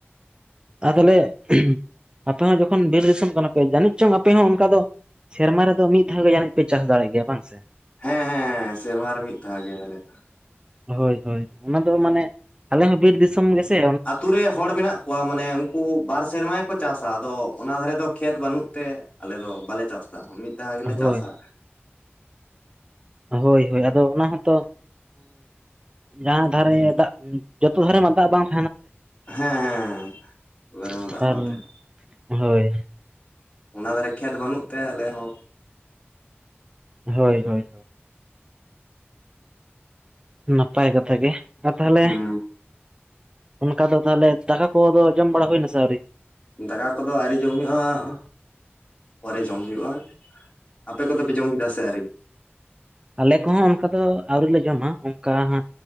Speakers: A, on the right; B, on the left.
A: ᱟᱨ ᱛᱟᱞᱦᱮ <unintelligible> ᱟᱯᱮ ᱦᱚᱸ ᱡᱚᱠᱷᱚᱱ ᱵᱤᱨ ᱫᱤᱥᱚᱢ ᱠᱟᱱᱟ ᱯᱮ ᱡᱟᱹᱱᱤᱡ ᱪᱚᱝ ᱟᱯᱮ ᱦᱚᱸ ᱚᱱᱠᱟ ᱫᱚ ᱥᱮᱨᱢᱟ ᱨᱮᱫᱚ ᱢᱤᱫ ᱫᱷᱟᱣ ᱜᱮ ᱡᱟᱤᱡ ᱯᱮ ᱪᱟᱥ ᱫᱟᱲᱮᱭᱟᱜ ᱜᱮᱭᱟ ᱵᱟᱝ ᱥᱮ
B: ᱦᱮᱸᱻᱦᱮᱸᱻᱦᱮᱸ ᱥᱮᱨᱢᱟ ᱨᱮ ᱢᱤᱫ ᱫᱷᱟᱣ ᱜᱮ ᱟᱞᱮ ᱫᱚ ᱾
A: ᱦᱳᱭ ᱦᱳᱭ ᱚᱱᱟ ᱫᱚ ᱢᱟᱱᱮ ᱟᱞᱮ ᱦᱚᱸ ᱵᱤᱨ ᱫᱤᱥᱚᱢ ᱜᱮᱥᱮ
B: ᱟᱛᱳ ᱨᱮ ᱦᱚᱲ ᱢᱮᱱᱟᱜ ᱠᱚᱣᱟ ᱢᱟᱱᱮ ᱩᱱᱠᱩ ᱵᱟᱨ ᱥᱮᱨᱢᱟ ᱜᱮᱠᱚ ᱪᱟᱥᱟ᱾ᱟᱫᱚ ᱚᱱᱟ ᱫᱷᱟᱨᱮ ᱫᱚ ᱠᱷᱮᱛ ᱵᱟᱹᱱᱩᱜ ᱛᱮ ᱟᱞᱮ ᱫᱚ ᱵᱟᱞᱮ ᱪᱟᱥ-ᱟ ᱾ᱢᱤᱫ ᱫᱷᱟᱣ ᱜᱮᱞᱮ ᱪᱟᱥᱟ᱾
A: ᱦᱳᱭ ᱦᱳᱭ ᱦᱳᱭ ᱟᱫᱚ ᱚᱱᱟ ᱦᱚᱸᱛᱚ ᱡᱟᱦᱟᱸ ᱫᱷᱟᱨᱮ ᱫᱟᱜ ᱡᱚᱛᱚ ᱫᱷᱟᱨᱮ ᱢᱟ ᱫᱟᱜ ᱵᱟᱝ
B: ᱦᱮᱸ ᱦᱮᱸ
A: <inaudible>
B: ᱚᱠᱟ ᱨᱮᱢᱟ ᱫᱟᱜ ᱵᱟᱝ
A: ᱟᱨ
B: ᱛᱟᱦᱮᱱᱟ
A: ᱦᱳᱭ
B: ᱚᱱᱟ ᱫᱟᱨᱮ ᱠᱷᱮᱛ ᱵᱟᱹᱱᱩᱜ ᱛᱮ ᱟᱞᱮ ᱦᱚᱸ
A: ᱦᱳᱭ ᱦᱳᱭ ᱱᱟᱯᱟᱭ ᱠᱟᱛᱷᱟ ᱜᱮ ᱟᱨ ᱛᱟᱦᱞᱮ
B: ᱦᱩᱸ
A: ᱚᱱᱠᱟ ᱫᱚ ᱛᱟᱦᱚᱞᱮ ᱫᱟᱠᱟ ᱠᱚᱦᱚᱸ ᱫᱚ ᱡᱚᱢ ᱵᱟᱲᱟ ᱦᱩᱭᱱᱟ ᱥᱮ ᱟᱹᱣᱨᱤ
B: ᱫᱟᱠᱟ ᱠᱚᱫᱚ ᱟᱣᱨᱤ ᱡᱚᱢ ᱦᱩᱭᱩᱜᱼᱟ ᱯᱚᱨᱮ ᱡᱚᱢ <unintelligible> ᱦᱩᱭᱩᱜᱼᱟ ᱟᱯᱮ ᱠᱚᱫᱚ ᱯᱮ ᱡᱚᱢ ᱠᱮᱫᱟ ᱥᱮ ᱟᱣᱨᱤ
A: ᱟᱞᱮ ᱠᱚᱦᱚᱸ ᱚᱱᱠᱟ ᱫᱚ ᱟᱹᱣᱨᱤ ᱞᱮ ᱡᱚᱢᱟ, ᱚᱱᱠᱟ ᱦᱟ